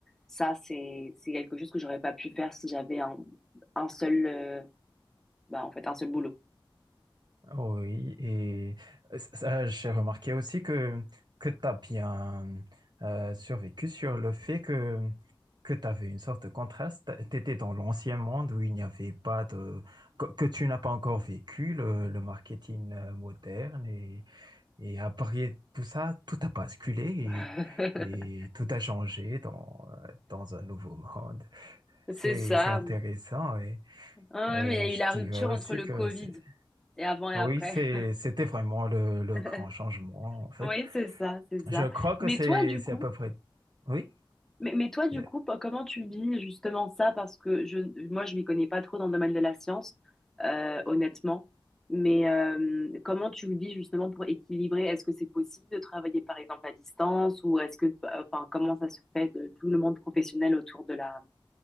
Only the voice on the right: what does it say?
Oui, et euh, ça, j'ai remarqué aussi que, que tu as bien euh, survécu sur le fait que, que tu avais une sorte de contraste. Tu étais dans l'ancien monde où il n'y avait pas de... que, que tu n'as pas encore vécu le, le marketing euh, moderne. Et, et après tout ça, tout a basculé
et, et tout a changé dans, euh, dans un nouveau monde. C'est,
c'est intéressant. Et,
euh,
je
dirais
aussi
que
c'est
oui,
c'est, c'était vraiment le, le
grand changement, en fait.
Je
crois que
c'est,
c'est
à peu près, oui,
euh,